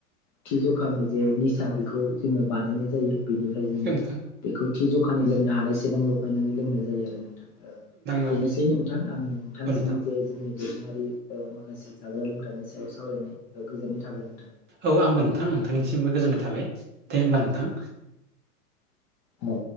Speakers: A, on the left (about 25°); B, on the right (about 25°).
A: थि जखानि जे निसा बेखौ जोङो बानायनाय जायो बेनिफ्राय
B: नोंथां
A: <unintelligible> बेखौ थि जखानि लोंनो हानायसेबां लगायनानै लोंनाय जायो आरो नोंथां
B: औ
A: बेनोसै नोंथां आंनि नोंथांजों
B: औ नोंथां
A: जे जोंनि दोरोङारि माखासे जाग्रा लोंग्रानि सायाव सावरायनाय गोजोननाय थाबाय नोंथां।
B: औ आंबो नोंथां नोंथांनिसिमबो गोजोननाय थाबाय दे होमबा नोंथां।
A: <inaudible> औ।